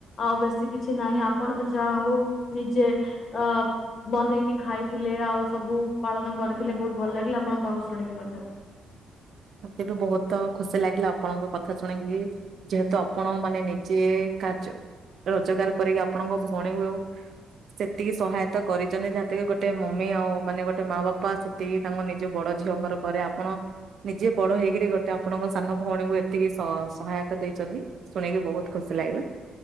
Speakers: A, on the left (about 55°); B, on the right (about 60°).
A: ଆଉ ବେଶୀ କିଛି ନାହିଁ ଆପଣ ତ ଯାହା ହୋଉ ନିଜେ ଆ ବନେଇକି ଖାଇଥିଲେ ଆଉ ସବୁ ପାଳନ କରିଥିଲେ ବୋହୁତ ଭଲ ଲାଗିଲା ଆପଣଙ୍କ ପାଖକୁ ଶୁଣିକି ମଧ୍ୟ।
B: ମତେ ବି ବୋହୁତ ଖୁସି ଲାଗିଲା ଆପଣଙ୍କ କଥା ଶୁଣିକି ଯେହେତୁ ଆପଣ ମାନେ ନିଜେ କାର୍ଯ୍ୟ ରୋଜଗାର କରିକି ଆପଣଙ୍କ ଭଉଣୀକୁ ସେତିକି ସହାୟତା କରିଚନ୍ତି ଯାହାକ ଗୋଟେ ମମି ଆଉ ମାନେ ଗୋଟେ ମା ବାପା ସେତିକି ତାଙ୍କ ନିଜ ବଡ ଝିଅଙ୍କର କରେ ଆପଣ ନିଜେ ବଡ ହେଇକିରି ଗୋଟେ ଆପଣଙ୍କ ସାନ ଭଉଣୀକୁ ଯେତିକି ସ-ସହାୟତା ଦେଇଚନ୍ତି ଶୁଣିକି ବୋହୁତ ଖୁସି ଲାଗିଲା।